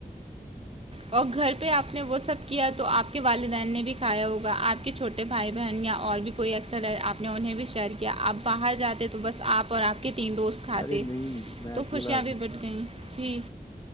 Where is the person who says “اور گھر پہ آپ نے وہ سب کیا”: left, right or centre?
Right